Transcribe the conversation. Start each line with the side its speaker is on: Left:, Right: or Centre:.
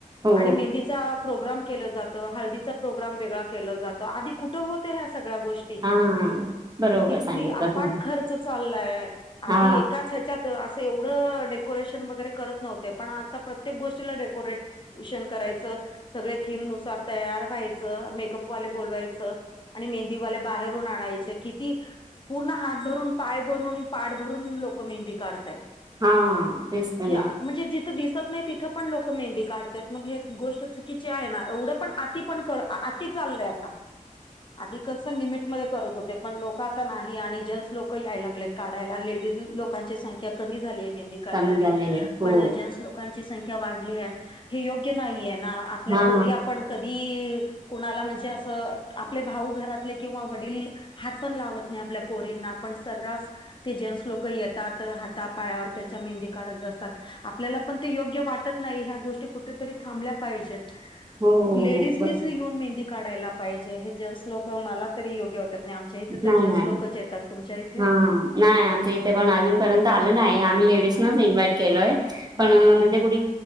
Right: हो
Left: आणि मेंदीचा प्रोग्राम केला जात हळदीचा प्रोग्रम वेगळा केला जातो आधी कुठे होत्या ह्या सगळ्या गोष्टी
Right: हा बरोबर
Left: किती
Right: सांगितलं
Left: अफाट
Right: तुम्ही
Left: खर्च चाललाय आधी
Right: हा
Left: एकाच ह्याच्यात असं एवढं डेकोरेशन वगैरे करत नव्हते पण आता प्रत्येक गोष्टीला डेकोरेट <unintelligible> करायचं सगळे थीम नुसार तयार व्हायचं मेकअप वाले बोलवायचं. आणि मेहंदीवाल्या बाहेरून आणायचे. किती पूर्ण हात भरून पाय भरून पाड भरून लोक मेहंदी काढतायत.
Right: हा तेच तर
Left: ज
Right: ना
Left: म्हणजे जिथं दिसत नाही तिथ. तथ पण लोक मेंदी काढतायेत मग हे गोष्ट चुकीची आहे ना एवढं पण आती पण कर आ आती चाललेय
Right: <unintelligible>
Left: आ आधी कसं लिमिटमध्ये करत होते. पण लोक आता नाही आणि जेंट्स लोक याय लागलेत काढायला लेडीज लोकांची संख्या कमी झाली आहे मेहंदी. काढणारी
Right: चांगलं झाले हो
Left: पण जेन्स लोकं लोकांची संख्या वाढलिये हे योग्य नाहीय ना आपल्या
Right: हा
Left: पोरी आप कधी कुणाला म्हणजे असं आपले भाऊ घरातले किंवा वडील हात पण लावत नाही आपल्या पोरींना पण सर्रास ते जेंट्स लोक येतात हाता पायावर त्यांच्या मेहंदी काढत बसतात. आपल्याला पण ते योग्य वाटत नाही ह्या गोष्टी कुठेतरी थांबल्या पाहिजेत.
Right: हो
Left: लेडीजनीच
Right: बरोबर
Left: येऊन मेहंदी काढायला पाहिजे हे जेंटस लोक मला तरी योग्य वाट तिथं
Right: नाही
Left: तर जेन्स
Right: नाही
Left: लोकच येतात. इथे?
Right: हा नाही आमच्या इथे पण अजूनपर्यंत आलं नाही आम्ही लेडीज
Left: हा
Right: नच इन्व्हाइट केलोय. पण
Left: हो हो.
Right: म्हणजे कुठ